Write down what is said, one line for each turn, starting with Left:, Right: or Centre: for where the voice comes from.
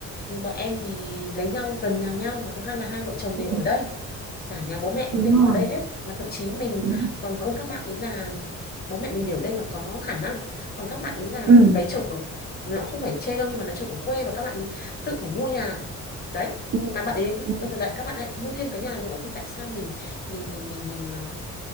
Left: bọn em thì lấy nhau gần nhà nhau và thứ hai là hai vợ chồng
Right: ừ,
Left: đều ở đây cả nhà bố mẹ cũng
Right: đúng
Left: đều
Right: rồi
Left: ở đây hết mà thậm chí mình
Right: đúng
Left: còn hơn các bạn ý là bố mẹ mình đều ở đây và có khả năng còn các bạn ý là
Right: ừ
Left: lấy chồng ở nó không phải chê đâu nhưng mà lấy chồng ở quê và các bạn ý tự phải mua nhà đấy
Right: ừ
Left: mà bạn ấy
Right: ừ
Left: bây giờ lại các bạn lại mua thêm cái nhà nữa thì tại sao mình mình mình mình mình ờ,